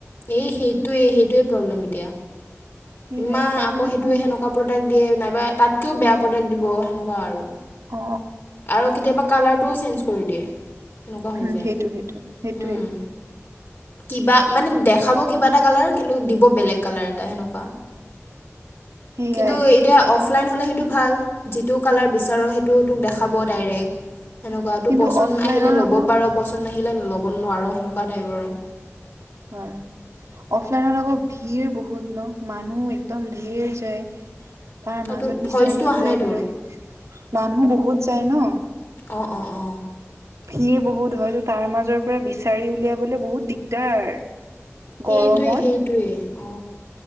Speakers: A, on the left; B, on the right.
A: এই সেইটোৱেই সেইটোৱে প্ৰব্লেম এতিয়া
B: সেয়াই
A: এমান
B: তাৰপিছত
A: আকৌ সেইটোৱে
B: মই এনে
A: সেনেকুৱা প্ৰডাক্ট দিয়ে নাইবা তাতকেও বেয়া প্ৰডাক্ট দিব সেনেকুৱা আৰু
B: অ
A: আৰু কেতিয়াবা কালাৰটোও চেঞ্জ কৰি দিয়ে সেনেকুৱা হৈ
B: উম
A: যায়
B: সেইটো সেইটো সেইটোৱে
A: উম কিবা মানে দেখাব কিবা এটা কালাৰ কিন্তু দিব বেলেগ কালাৰ এটা সেনেকুৱা
B: সেইয়াই
A: কিন্তু এতিয়া অফলাইন হ'লে সেইটো ভাল যিটো কালাৰ বিচাৰ সেইটো তোক দেখাব ডাইৰেক্ট সেনেকুৱা তোৰ
B: কিন্তু
A: পচন
B: অফলাইনত
A: আহিলে ল'ব
B: আকৌ
A: পাৰ পচন নাহিলে ল'ব নোৱাৰো সেনেকুৱা টাইপ আৰু
B: হয় অফলাইনত আকৌ ভিৰ বহুত ন মানুহ একদম ঢেৰ যায় তাৰ
A: আৰু
B: মাজত
A: তোৰ ভইচটো
B: বিচাৰি
A: অহা
B: উলিয়াবলৈ
A: নাই তোৰ
B: মানুহ বহুত যায় ন
A: অ অ অ
B: ভিৰ বহুত হয়ত তাৰ মাজৰ পৰা বিচাৰি উলিয়াবলে বহুত দিগদাৰ গৰমত
A: সেইটোৱে সেইটোৱে অ